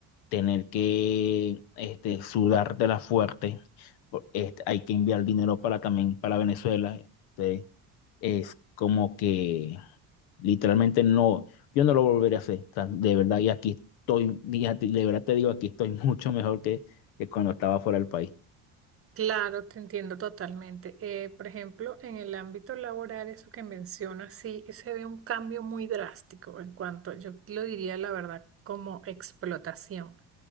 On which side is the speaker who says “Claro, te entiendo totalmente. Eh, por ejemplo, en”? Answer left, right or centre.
Right